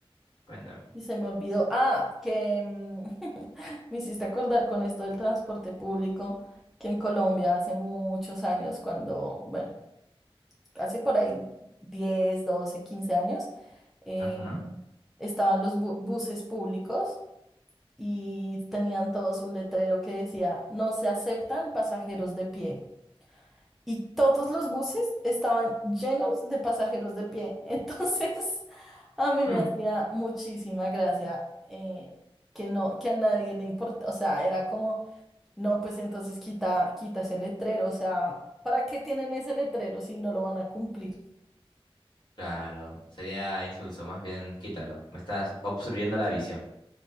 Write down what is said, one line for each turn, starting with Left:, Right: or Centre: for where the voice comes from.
Left: Cuéntame.
Centre: y se me olvidó. Ah, que mm, <laughs> me hiciste acordar con esto del transporte público, que en Colombia hace muchos años, cuando, bueno, hace por ahí 10, 12, 15 años, eh,
Left: Ajá.
Centre: estaban los bu- buses públicos y tenían todos un letrero que decía, no se aceptan pasajeros de pie. y todos los buses estaban llenos de pasajeros de pie. <laughs> Entonces, a mí me
Left: Mm.
Centre: hacía muchísima gracia eh, que no, que a nadie le importa, o sea, era como, no, pues entonces quita, quita ese letrero, o sea, ¿para qué tienen ese letrero si no lo van a cumplir?
Left: Claro, sería insulso. Más bien, quítalo. Me estás obstruyendo la visión.